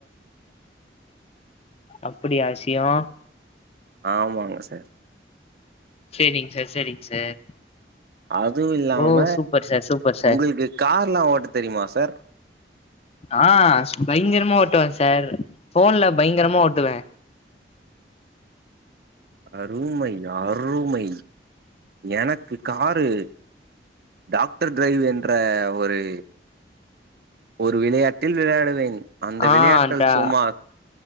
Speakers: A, on the left (about 35°); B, on the right (about 60°).
A: அப்பிடியா விசியோ
B: ஆமாங்க சார்
A: செரிங்க சார் செரிங்க சார்
B: அதுவு இல்லாம
A: ஓ சூப்பர் சார் சூப்பர் சார்
B: உங்களுக்கு கார் எல்லா ஓட்ட தெரியுமா சார்
A: ஆ பயங்கரமா ஓட் டுவ சார் போன்ல பயங்கரமா ஓட்டுவ
B: அருமை அருமை எனக்கு காரு டாக்டர் டிரைவ் என்ற ஒரு ஒரு விளையாட்டில் விளையாடுவேன் அந்த
A: ஆ
B: விளையாட்டல்
A: டா
B: சும்மா